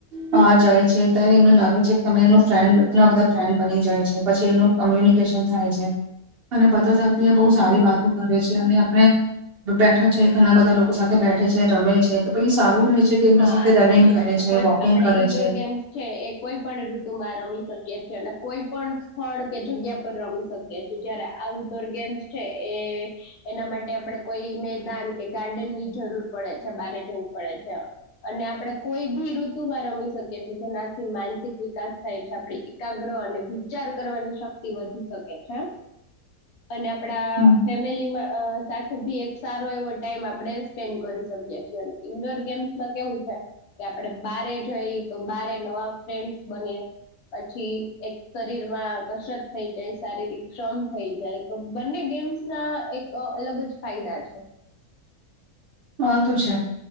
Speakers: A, on the right; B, on the left.
A: બહાર જાય છે, ત્યારે એમને લાગે છે, કે તમે એમનું ફ્રેન્ડ ઘ બધા ફ્રેન્ડ બની જાય છે, પછી એનું કમ્યુનિકેશન થાય છે. અને બધા સાથે બહુ
B: હમ
A: સારી વાતો કરે છે, અને અને બેઠા છે ઘણા બધા લોકો સાથે બેઠે છે રમે છે તો પી સારું રહે છે કે એમના
B: હા
A: સાથે રનિંગ
B: સાચી
A: કરે
B: વાત છે કોઈ
A: વોકિંગ
B: આપડે
A: કરે
B: ઈન્ડોર
A: છે
B: ગેમ્સ છે એ કોઈ પણ ઋતુમાં રમી શકીએ શકી છીએ અને કોઈ પણ સ્થળ કે જગ્યા પર રમી શકીએ છેીએ જયારે આઉટડોર ગેમ્સ છે એ એના માટે આપણે કોઈ મેદાન કે ગાર્ડન ની જરૂર પડે છે બારે જવું પડે છે અને આપણે કોઈ બી ઋતુમાં રમી શકીએ છીએ જેનાથી માનસિક વિકાસ થાય છે આપણે એકાગ્ર અને વિચાર કરવાની શક્તિ વધી શકે છે અને આપડા
A: હમ,
B: ફેમિલીમાં સાથે ભી એક સારો એવો ટાઈમ આપણે સ્પેન્ડ કરી શકીએીએ અને ઇન્ડોર ગેમ માં કેવું છે કે આપડે બારે જઈ તો બારે નવા ફ્રેન્ડ બનીએ પછી એક શરીર માં કસરત થઈ જાય શારીરિક શમ થઈ જાય તો બંને ગેમ્સ ના એક અલગ જ ફાયદા છે
A: હ તોું છે